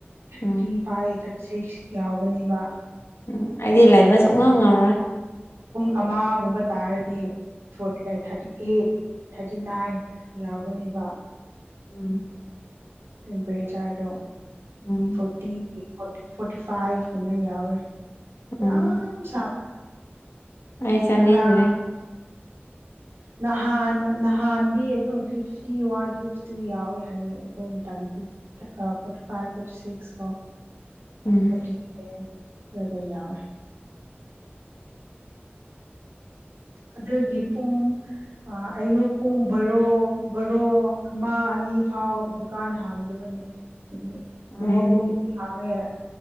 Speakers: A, on the right; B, on the left.
A: ꯊꯥꯔꯇꯤ
B: ꯎꯝ
A: ꯐꯥꯏꯚ ꯊꯥꯔꯇꯤ ꯁꯤꯛꯁ ꯌꯥꯎꯕꯅꯦꯕ꯫
B: ꯎꯝ ꯑꯩꯗꯤ ꯂꯩꯕꯁꯨꯨꯡꯉꯝ ꯉꯝꯔꯣꯏ ꯫
A: ꯄꯨꯡ ꯑꯃꯒꯨꯝꯕ ꯇꯥꯔꯗꯤ ꯐ ꯊꯥꯔꯇꯤ ꯑꯩꯠ ꯊꯥꯔꯇꯤ ꯅꯥꯏꯟ ꯌꯥꯎꯒꯅꯦꯕ
B: ꯎꯝ
A: ꯇꯦꯝꯄꯔꯦꯆꯔꯗꯣ
B: ꯎꯝ
A: ꯐꯣꯔꯇꯤ ꯐꯣꯔꯇꯤ ꯐꯥꯏꯚ ꯀꯨꯝꯕ ꯌꯥꯎꯔꯦ
B: ꯎꯝ
A: ꯌꯥꯝ ꯁꯥꯕ <unintelligible>
B: ꯑꯩ ꯆꯥꯅꯤꯡꯗ꯭ꯔꯦ
A: ꯅꯍꯥꯟ ꯅꯍꯥꯟꯗꯤ ꯑꯗꯨꯝ ꯐꯤꯐꯇꯤ ꯋꯥꯟ ꯐꯤꯐꯇꯤ ꯇꯨ ꯌꯥꯎꯋꯤ ꯍꯥꯏꯌꯦ ꯑꯩꯈꯣꯏ ꯃꯇꯗꯗꯤ ꯐꯣꯔꯇꯤ ꯐꯥꯏꯚ ꯐꯣꯔꯇꯤ ꯁꯤꯛꯁ ꯀꯣ꯫
B: ꯎꯝ
A: ꯐꯣꯔꯇꯤ ꯁꯚꯦꯟ ꯁꯋꯥꯏꯗ ꯌꯥꯎꯋꯦ ꯑꯗꯒꯤ ꯄꯨꯡ꯫ ꯑꯌꯨꯛ ꯄꯨꯡ ꯕꯔꯣ ꯕꯔꯣ ꯑꯃ ꯑꯅꯤ ꯐꯥꯎ ꯗꯨꯀꯥꯟ ꯍꯥꯡꯗꯕꯅꯦ <unintelligible>
B: ꯎꯝ
A: ꯃꯣꯜꯒꯨꯝ ꯃꯤꯗꯤ ꯍꯥꯡꯉꯦ